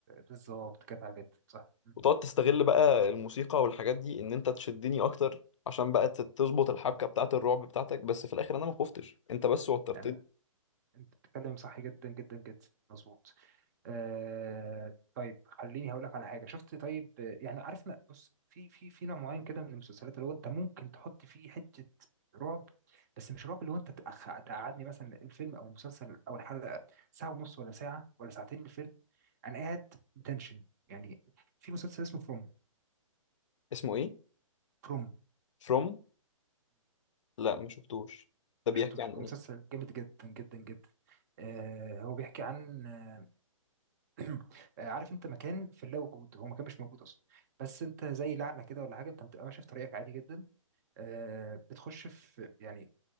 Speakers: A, on the right; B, on the left.
A: بالظبط كانت عجبت صح مم.
B: وتقعد تستغل بقى الموسيقى والحاجات دي إن أنت تشدني أكتر عشان بقى ت- تظبط الحبكة بتاعة الرعب بتاعتك بس في الآخر أنا ما خفتش أنت بس وترتني
A: يعني انت بتتكلم صح جدا جدا جدا مظبوط آه طيب خليني هقول لك على حاجه شفت طيب آه، يعني عارف انا بص في في في نوع معين كده من المسلسلات اللي هو انت ممكن تحط فيه حته رعب بس مش رعب اللي هو انت تأخ... تقعدني مثلا الفيلم او المسلسل او الحلقه ساعه ونص ولا ساعه ولا ساعتين من الفيلم انا قاعد بتنشن يعني في مسلسل اسمه فروم
B: اسمه إيه؟
A: فروم
B: From لا ما شفتوش ده
A: ما
B: بيحكي
A: شفتوش
B: عن
A: هو
B: ايه
A: مسلسل جامد جدا جدا جدا آه هو بيحكي عن آه <clears throat> آه، عارف انت مكان في اللا وجود هو مكان مش موجود اصلا بس انت زي لعنه كده ولا حاجه انت بتبقى ماشي في طريقك عادي جدا آه بتخش في يعني